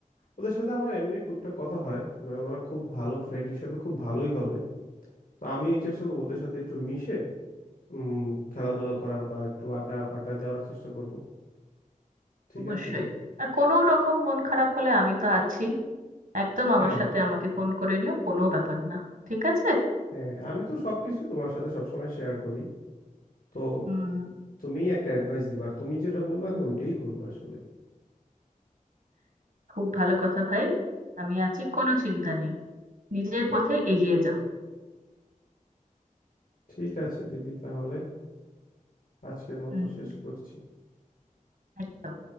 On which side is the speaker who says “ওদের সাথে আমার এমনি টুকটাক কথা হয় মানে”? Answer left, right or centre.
Left